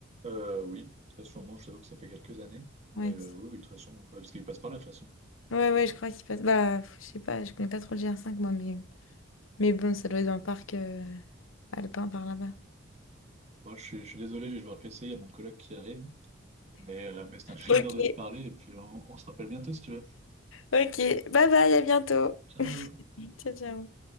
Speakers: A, on the right; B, on the left.
A: Euh oui, très sûrement, je t'avoue que ça fait quelques années. Mais
B: Ouais,
A: euh, oui, oui, très sûrement. Ouais, parce qu'il passe par là de toute façon.
B: ouais, ouais, je crois qu'il passe. Bah, je sais pas, je connais pas trop le GR5 moi, mais. Mais bon, ça doit être un parc euh, alpin par là-bas.
A: Bon, je suis, je suis désolé, je vais devoir te laisser, il y a mon collègue qui arrive. Mais, euh, mais c'est un <laughs> plaisir
B: Ok,
A: de te parler et puis on on se rappelle bientôt si tu veux.
B: ok. Bye bye, à bientôt.
A: Ciao!
B: Ciao, ciao.